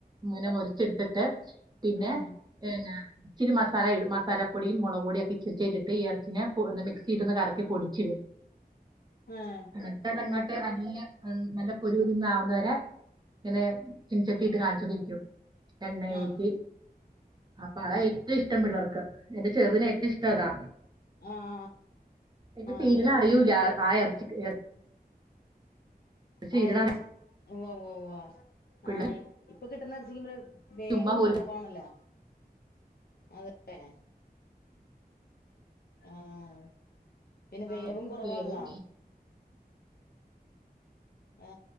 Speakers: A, on the right; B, on the left.
A: ങ്ങനെ മൊര്ച്ചെ എടുത് ട്ട് പിന്നെ
B: ആഹ്
A: എന്നാ ഇച്ചിരി മസാല ഇടുംമസാല പൊടിയും മൊളക് പൊടിയൊക്കെ ഇച്ചിരിച്ചെ ഇട്ടിട്ട് ഈ എർച്ചിനെ പു മിക്സീട്ടൊന്ന് കറക്കിപൊടിച്ചിടു
B: ആഹ് ആഹ്
A: എന്നിട്ട്തങ്ങോട്ട് നല്ല നല്ല പൊരു പൊരുന്നാകുന്നവരെ ങ്ങനെ ചീൻ ചട്ടീട്ട് കാൺച്ചോണ്ടിരിക്കും എണ്ണയൂറ്റി
B: ആഹ്
A: അപ്പ അതാ ഏറ്റവും ഇഷ്ടം പിള്ളേർക്ക്. എന്റെ ചെർതിന് ഏറ്റവും ഇഷ്ട്ട അതാ
B: ആഹ്
A: എന്റെ
B: ആഹ്
A: തീര്ണ
B: അത്
A: അറിയൂല്ല
B: തിന്നില്ലേ
A: ആ എർച്ചി എർ തീരണ
B: ആ എർച്ചി
A: അറിയ
B: ഉവ്വ് വ്വ് വ്വ്
A: പിള്ളേര്
B: ആയി ഇപ്പ കിട്ട്ണ എർച്ചിക്ക് <unintelligible> വേവും
A: ചുമ്മാ കോരി
B: കുറവാണല്ലാ അതെല്ലെ ആഹ് പിന്നെ വേവും
A: പെട്ടെന്ന്
B: കുറവാണല്ലാ
A: വേവും
B: ആ